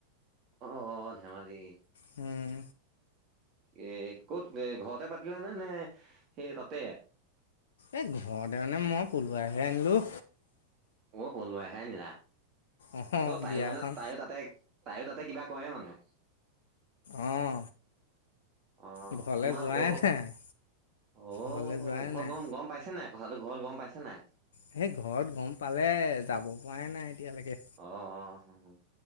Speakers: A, on the right (about 35°); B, on the left (about 65°).
A: অ' ধেমাজি।
B: হুম।
A: এ ক'ত এ ঘৰতে পাতিলানে নে সেই তাতে?
B: এই ঘৰতে মানে মই পলোৱাই হে আনিলোঁ।
A: অ' পলোৱাই হে অনিলা?
B: অঁ
A: কিয় তাইও
B: বিয়াখন
A: মানে তাইও তাতে তাইও তাতে কিবা ক'ৰে মানে?
B: অঁ।
A: অ'
B: ঘৰলে
A: তোমাৰ
B: যোৱাই
A: অ'
B: নাই
A: অ'
B: ঘৰলে যোৱাই
A: গ
B: নাই
A: গ'ম গ'ম পাইছেনে নাই? কথাাটো ঘৰত গ'ম পাইছে নাই?
B: সেই ঘৰত গ'ম পালে যাব পৰাই নাই এতিয়ালৈকে।
A: অ' অ'